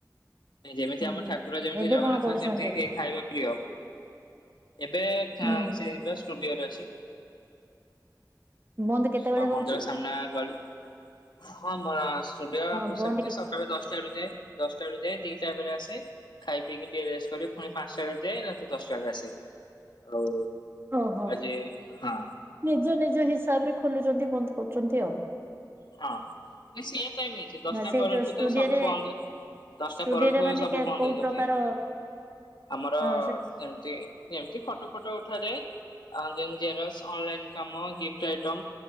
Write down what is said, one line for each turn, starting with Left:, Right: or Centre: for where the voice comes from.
Left: ଯେମିତି
Right: ହୁଁ
Left: ଆମ
Right: ହୁଁ
Left: ଠାକୁର ଯେମିତି
Right: ଏବେ
Left: ଜଗନ୍ନାଥ
Right: କଣ କରୁଛନ୍ତି
Left: ସେମତି କି ଖାଇବା ପ୍ରିୟ। ଏବେ ଥା
Right: ହୁଁ
Left: ଉଁ ସେଇବା ଷ୍ଟୁଡିଓରେ ଅଛି।
Right: ବନ୍ଦ କେତେବେଳେ
Left: ହଁ ମନ୍ଦିର
Right: ହଉଛି?
Left: ସାମ୍ନା ଗଳି ହଁ ମୋର ଷ୍ଟୁଡିଓ
Right: ହଁ
Left: ମୁଁ
Right: ବନ୍ଦ
Left: ସେମତି
Right: କେ
Left: ସ କାଳ ଦଶଟା ରୁ ଯାଏ ଦଶଟା ରୁ ଯାଏ ଦିଟା ବେଳେ ଆସେ। ଖାଇ ପିଇକି ଟିକେ ରେଷ୍ଟ କରି ଫୁଣି ପାଞ୍ଚଟା ବେଳେ ଯାଏ ରାତି ଦଶଟା ବେଳେ ଆସେ ଆଉ
Right: ଓହୋ
Left: ଆଜି ହଁ
Right: ନିଜ ନିଜ ହିସାବରେ ଖୋଲୁଚନ୍ତି ବନ୍ଦ କରୁଚନ୍ତି ଆଉ।
Left: ହଁ ନାଇଁ ସେମ୍ ଟାଇମ୍ ଅଛି ଦଶଟା
Right: ନା ସେ
Left: ପରଠୁ
Right: ଯୋଉ ଷ୍ଟୁଡିଓରେ
Left: ତ ସବୁ ବନ୍ଦ। ଦଶଟା
Right: ଷ୍ଟୁଡିଓରେ
Left: ପରଠୁ
Right: ମାନେ
Left: ସବୁ
Right: କେ
Left: ବନ୍ଦ
Right: କୋଉ
Left: ହେଇଯାଉଚି
Right: ପ୍ରକାର
Left: ଆମର
Right: ହଁ
Left: ସେମତି। ଏମିତି ଫଟୋ ଫଟୋ ଉଠାଯାଏ। ଆଁ ଜେମିତି ଜେରକ୍ସ ଅନଲାଇନ କାମ ଗିଫ୍ଟ ଆଇଟ